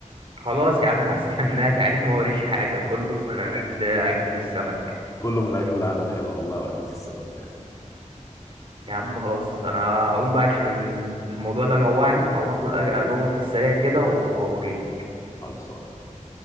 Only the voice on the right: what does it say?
خلاص يا عم هستناك <laughs> عادي ما وريش حاجة كله من أجل أكلة السمك
يا عم خلاص أنا هقوم بقى عشان الموضوع ده جوعني هقوم أكل أ- ألومة في السريع كده و- وأجيلك